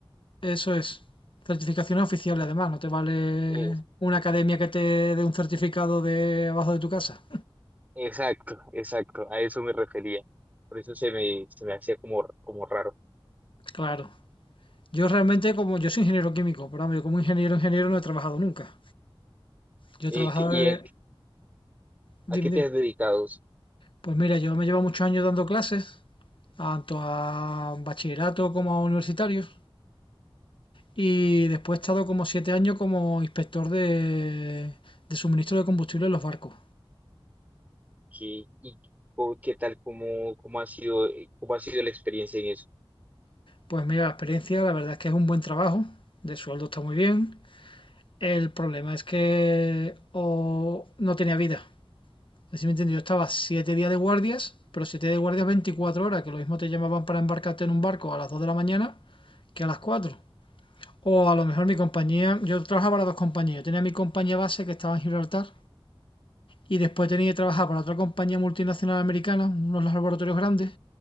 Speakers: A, on the left; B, on the right.
A: Eso es. Certificaciones oficiales además, no te vale
B: eh,
A: una academia que te dé un certificado de abajo de tu casa.
B: exacto, exacto, a eso me refería. Por eso se me, se me hacía como, como raro.
A: Claro. Yo realmente como yo soy ingeniero químico, pero vamos, yo como ingeniero ingeniero no he trabajado nunca. Yo he
B: Eh,
A: trabajado
B: ¿qué- ¿y
A: de-
B: a,
A: Dime,
B: a qué te
A: dime.
B: has dedicado?
A: Pues mira, yo me llevo muchos años dando clases, tanto a bachillerato como a universitarios. Y después he estado como siete años como inspector de, de suministro de combustible en los barcos.
B: ¿Qué, y co- qué tal, cómo, cómo ha sido, eh, cómo ha sido la experiencia en eso?
A: Pues mira, la experiencia, la verdad es que es un buen trabajo, de sueldo está muy bien. El problema es que o no tenía vida. Así me entiendo, yo estaba siete días de guardias, pero siete días de guardias 24 horas, que lo mismo te llamaban para embarcarte en un barco a las 2 de la mañana que a las 4. O a lo mejor mi compañía, yo trabajaba para dos compañías, yo tenía mi compañía base que estaba en Gibraltar Y después tenía que trabajar para otra compañía multinacional americana, unos laboratorios grandes,